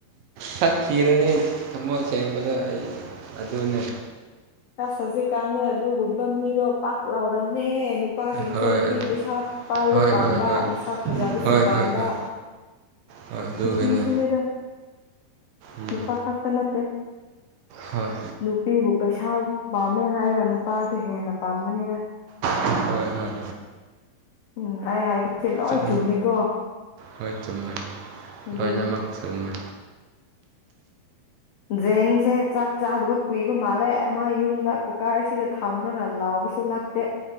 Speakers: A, on the right; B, on the left.
A: ꯁꯛꯊꯤꯔꯅꯤ ꯊꯃꯣꯏ ꯁꯦꯡꯕꯗ ꯑꯩ ꯑꯗꯨꯅꯦ
B: ꯆꯁ ꯆꯠꯁꯤ ꯀꯥꯟꯗ ꯑꯗꯨꯒꯨꯝꯕ ꯃꯤꯗꯣ ꯄꯥꯛ ꯂꯥꯎꯔꯕꯝꯅꯦ ꯅꯨꯄꯥꯁꯤꯡꯁꯨ
A: ꯍꯣꯏ
B: ꯅꯨꯄꯤ
A: ꯍꯣꯏ
B: ꯄꯩꯁꯥ ꯄꯥꯏꯕ
A: ꯍꯣꯏ
B: ꯄꯥꯝꯕ
A: ꯍꯣꯏ
B: ꯃꯁꯥꯛ ꯐꯖꯕꯁꯨ
A: ꯍꯣꯏ
B: ꯄꯥꯝꯕ
A: ꯍꯣꯏ ꯍꯣꯏ ꯍꯣꯏ ꯑꯗꯨꯒꯤꯅꯤ
B: ꯅꯨꯄꯤꯁꯨꯅꯤꯗ
A: ꯎꯝ
B: ꯅꯨꯄꯥ ꯈꯥꯛꯇ ꯅꯠꯇꯦ
A: ꯍꯣꯏ
B: ꯅꯨꯄꯤꯕꯨ ꯄꯩꯁꯥ ꯄꯥꯝꯃꯦ ꯍꯥꯏꯔꯒ ꯅꯨꯄꯥꯁꯨ ꯍꯦꯟꯅ ꯄꯥꯝꯕꯅꯤꯅ
A: ꯍꯣꯏ ꯍꯣꯏ ꯍꯣꯏ
B: ꯎꯝ ꯑꯩ ꯍꯥꯏꯕꯁꯦ ꯂꯣꯏ
A: ꯆꯨꯝꯃꯤ
B: ꯆꯨꯝꯃꯤꯀꯣ
A: ꯍꯣꯏ ꯆꯨꯝꯃꯦ
B: ꯑꯗꯨꯅꯦ
A: ꯂꯣꯏꯅꯃꯛ ꯆꯨꯝꯃꯦ
B: ꯖꯦꯡꯁꯦ ꯆꯥꯛ ꯆꯥꯗꯕ ꯀꯨꯏꯕ ꯃꯥꯜꯂꯦ ꯃꯥ ꯌꯨꯝꯗ ꯀꯨꯀꯥꯔꯁꯤꯗ ꯊꯝꯂꯒ ꯂꯥꯎꯕ ꯁꯨꯂꯥꯛꯇ